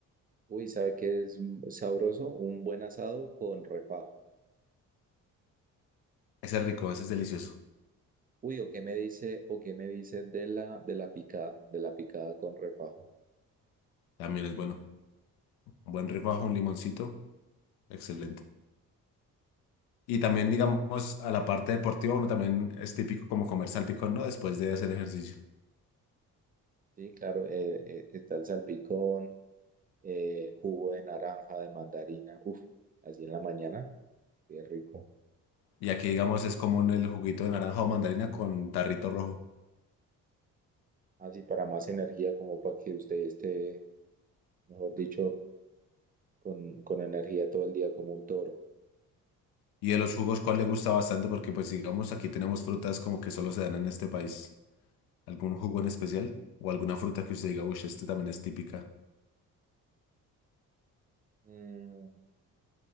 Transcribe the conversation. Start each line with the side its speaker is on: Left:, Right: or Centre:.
Right: Uy, ¿sabe qué es m- sabroso? Un buen asado con refajo.
Left: Ese es rico, ese es delicioso.
Right: Uy, ¿o qué me dice, o qué me dice de la, de la picada, de la picada con refajo?
Left: También es bueno. Un buen refajo, un limoncito, excelente. Y también, digamos, a la parte deportiva, uno también es típico como comer salpicón, ¿no? Después de hacer ejercicio.
Right: Sí, claro, eh, eh, está el salpicón, eh, jugo de naranja, de mandarina, uff, así en la mañana, qué rico.
Left: Y aquí, digamos, es común el juguito de naranja o mandarina con tarrito rojo.
Right: Así para más energía, como para que usted esté, mejor dicho con, con energía todo el día como un toro.
Left: Y de los jugos, ¿cuál le gusta bastante? Porque, pues, digamos, aquí tenemos frutas como que solo se dan en este país. ¿Algún jugo en especial? ¿O alguna fruta que usted diga, uy, este también es típica?
Right: Mm,